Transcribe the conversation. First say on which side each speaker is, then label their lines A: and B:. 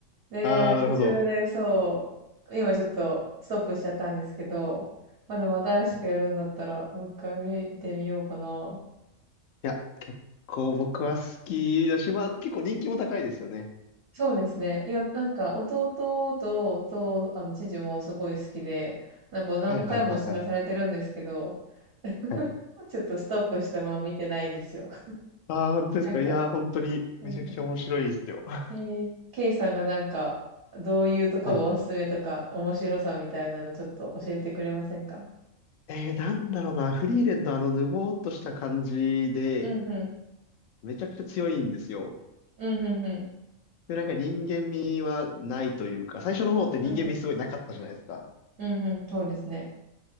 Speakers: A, on the right; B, on the left.
A: で、
B: あー、
A: 途中でそう、
B: なるほど。
A: 今ちょっとストップしちゃったんですけど、まあでも新しくやるんだったらもう一回見てみようかな。
B: いや、結構僕は好きだし、まあ、結構人気も高いですよね。
A: そうですね。いや、なんか弟と弟、あの、父もすごい好きで、なんか何回もお勧めされてるんですけど、
B: はい、はい、はい、はい。
A: <laughs>
B: はい
A: ちょっとストップしたまま見てないんですよ。
B: ああ、本当ですか。
A: なんか、
B: いやー、本当にめちゃくちゃ面白いですよ。
A: うんうん
B: <laughs>
A: えー、ケイさんがなんか、どういうとこがおすすめとか、
B: はい。
A: 面白さみたいなのちょっと教えてくれませんか
B: えー、なんだろうな。フリーレンのあのぬぼーっとした感じで、
A: うんうん。
B: めちゃくちゃ強いんですよ。
A: うんうんうん。
B: で、なんか人間味はないというか、最初の方って人間味すごいなかったじゃないですか。
A: うんうん。うんうん。そうですね。